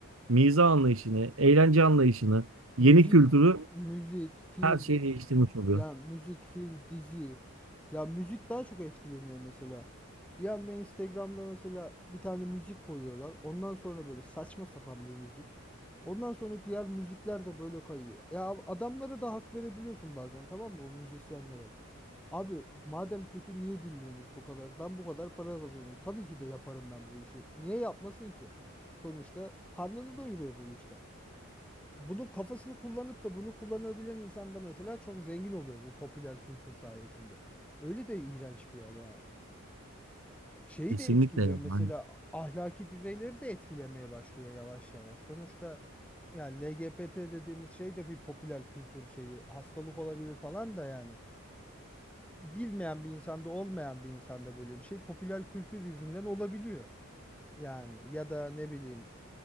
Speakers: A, on the right; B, in the centre.
A: Miza anlayışını, eğlence anlayışını,
B: Müzik,
A: yeni kültürü
B: müzik, film,
A: her şeyi değiştirmiş
B: di-
A: oluyor.
B: ya müzik, film, dizi. Ya müzik daha çok etkileniyor mesela. Bir anda Instagram'da mesela bir tane müzik koyuyorlar. Ondan sonra böyle saçma sapan bir müzik. Ondan sonra diğer müzikler de böyle kayıyor. Ya adamlara da hak verebiliyorsun bazen tamam mı bu müzisyenlere? Abi madem kötü niye dinliyorsunuz bu kadar? Ben bu kadar para kazanıyorum. Tabii ki de yaparım ben bu işi. Niye yapmasın ki? Sonuçta karnını doyuruyor bu işte bunun kafasını kullanıp da bunu kullanabilen insan da mesela çok zengin oluyor bu popüler kültür sayesinde. Öyle de iğrenç bir yer yani. Şeyi
A: Kesinlikle
B: de etkiliyor
A: yani.
B: mesela ahlaki düzeyleri de etkilemeye başlıyor yavaş yavaş. Sonuçta yani LGBT dediğimiz şey de bir popüler kültür şeyi. Hastalık olabilir falan da yani. Bilmeyen bir insanda olmayan bir insanda böyle bir şey popüler kültür yüzünden olabiliyor. Yani ya da ne bileyim